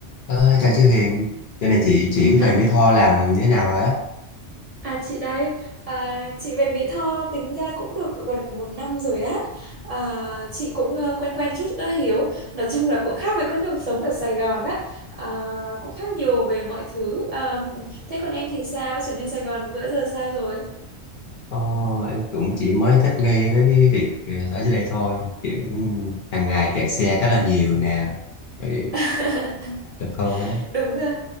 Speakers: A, on the left; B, on the right.
A: Ờ, chào chị Huyền, giờ này chị chuyển
B: <laughs>
A: về Mỹ Tho làm như thế nào rồi á?
B: À chị đây, à, chị về Mỹ Tho tính ra cũng được gần một năm rồi á. À, chị cũng ờ, quen quen chút đã hiểu. Nói chung là cũng khác với cái cuộc sống ở Sài Gòn á. À, cũng khác nhiều về mọi thứ. À, thế còn em thì sao? Trở lên Sài Gòn bữa giờ sao rồi?
A: Ờ, em cũng chỉ mới thích nghi với việc ờ, ở dưới đây thôi, kiểu hàng ngày kẹt xe khá là nhiều nè, rồi
B: <laughs>
A: được hơn á.
B: Đúng rồi.